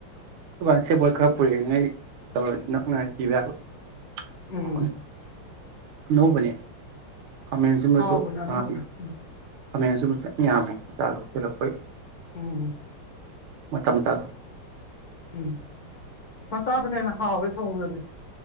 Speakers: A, on the right; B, on the left.
A: ꯑꯩꯈꯣꯏ ꯕꯥꯅ ꯁꯦꯕꯣꯠ ꯈꯔ ꯄꯨꯔꯛꯏ ꯉꯩ ꯇꯧꯔ ꯅꯛꯅꯔꯦ ꯄꯤꯕ ꯌꯥꯕ
B: ꯎꯝ
A: ꯍꯥꯎꯔꯅꯤ ꯑꯅꯧꯕꯅꯦ ꯈꯃꯦꯟꯁꯤꯕꯁꯨ
B: ꯍꯥꯎꯕꯅꯦ
A: ꯅꯍꯥꯟ
B: ꯑꯅꯧꯕꯗꯣ ꯎꯝ
A: ꯈꯃꯦꯟꯁꯤꯟꯕꯁꯨ ꯃꯌꯥꯝ ꯌꯥꯝꯃꯦ ꯃꯆꯥꯗꯣ ꯍꯦꯛꯂꯛꯄꯩ
B: ꯎꯝ
A: ꯃꯆꯥ ꯃꯆꯥꯗꯣ
B: ꯎꯝ ꯃꯆꯥꯗꯨꯅ ꯍꯦꯟꯅ ꯍꯥꯎꯋꯦ ꯊꯣꯡꯕꯗꯗꯤ